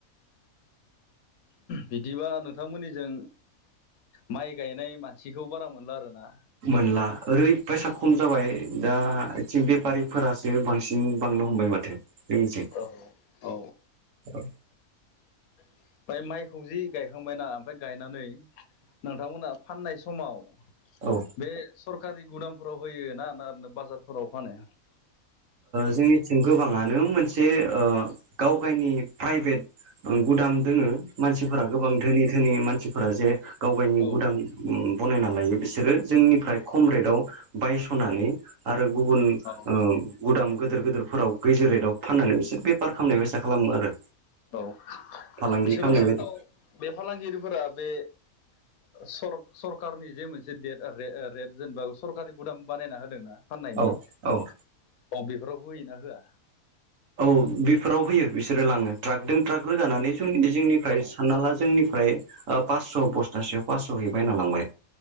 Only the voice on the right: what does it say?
मोनला ओरैबायसा खम जाबाय दा आथिं बेफारिफोरासो बांसिन बांनो हमबाय माथो जोंनिथिं
औ
औ
जोंनिथिं गोबाङा नों मोनसे गाव गायनि प्राइभेट गुदाम दोङो मानसिफोरा गोबां
धोनि धोनि मानसिफोरा जे गाव गनि
गुदाम बनायना लायो बिसोरो जोंनिफ्राय खम
रेटआव बायस'नानै आरो गुबुन
ओ गुदाम गोदोर गोदोरफोराव गैजौ रेटआव फाननानै बिसोर बेफार खामनाय बायसा खालामो आरो।
फालांगि
खालामनाय
बायदि
औ औ
औ बेफोराव होयो बिसोरो लाङो ट्राकदों ट्राक रोगानानै जोंनिफ्राय
सानना ला जोंनिफ्राय पासस' बस्थासेयाव पासस' हैबाय होनना लांबाय